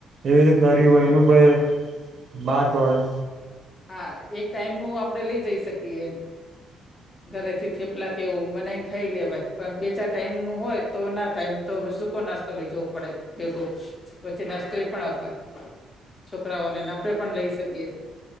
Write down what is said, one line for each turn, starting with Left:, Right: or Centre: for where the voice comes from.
Right: એવી રી ગર હોય એનું કોઈ. બાદ દોડ,
Left: હા એક ટાઈમ નું આપણેે લઈ જઈ શકીએ.
Right: <inaudible>
Left: ઘરે થી થેપલા કે એવું બનાવીને ખાઈ લેવાય પણ બે ચાર ટાઈમ નું હોય તો ના થાય. તો સુૂકો નાસ્તો લઈ જવો પડે ભેગો પછી નાસ્તો એ પણ અપાય. છોકરાઓને ના આપણેે પણ લઈ શકીએ.